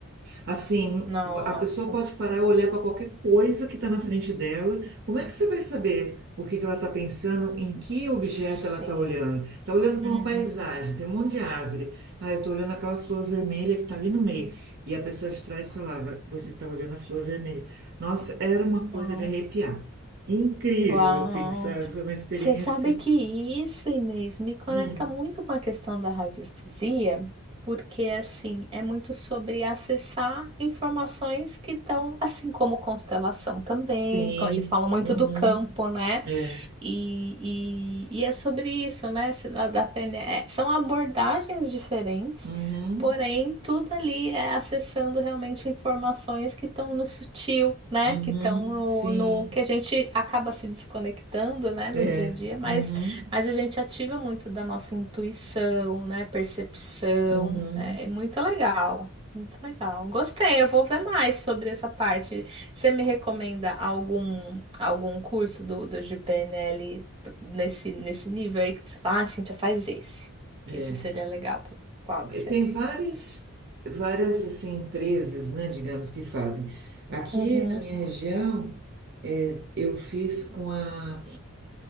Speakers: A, on the right; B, on the right.
A: Assim,
B: Nossa.
A: a pessoa pode parar e olhar para qualquer coisa que está na frente dela. Como é que você vai saber o que que ela está pensando, em que objeto
B: Sim.
A: ela está olhando? Está olhando para
B: Uhum.
A: uma paisagem, tem um monte de árvore. Ah, eu estou olhando aquela flor vermelha que está ali no meio. E a pessoa de trás falava: Você está olhando a flor vermelha. Nossa, era uma coisa
B: Uau.
A: de arrepiar. Incrível,
B: Uau.
A: assim, sabe? Foi uma experiência.
B: Você sabe que isso, Inês, me conecta
A: Hum,
B: muito com a questão da radiestesia, porque assim, é muito sobre acessar informações que estão, assim como constelação também,
A: sim.
B: co- eles falam muito
A: Uhum.
B: do campo, né?
A: É.
B: E, e, e é sobre isso, né? Se na- Da PNE, é, são abordagens diferentes,
A: Uhum.
B: porém, tudo ali é acessando realmente informações que estão no sutil, né?
A: Uhum.
B: Que estão no,
A: Sim.
B: no que a gente acaba se desconectando, né? No
A: É,
B: dia a dia, mas,
A: uhum,
B: mas a gente ativa muito da nossa intuição, né? Percepção.
A: uhum,
B: É, é muito legal, muito legal. Gostei, eu vou ver mais sobre essa parte. Você me recomenda algum, algum curso do, do de PNL nesse, nesse nível aí que você fala, ah, Cíntia, faz esse,
A: é.
B: que esse seria legal. Qual
A: E
B: que você?
A: Tem várias, várias assim, empresas, né, digamos, que fazem. Aqui
B: Uhum,
A: na minha região, é, eu fiz com a,